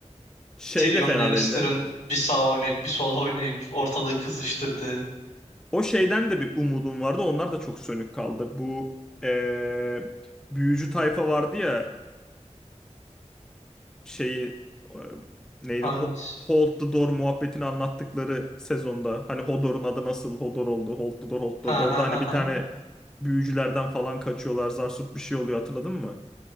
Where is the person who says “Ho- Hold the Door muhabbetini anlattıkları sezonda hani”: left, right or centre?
Centre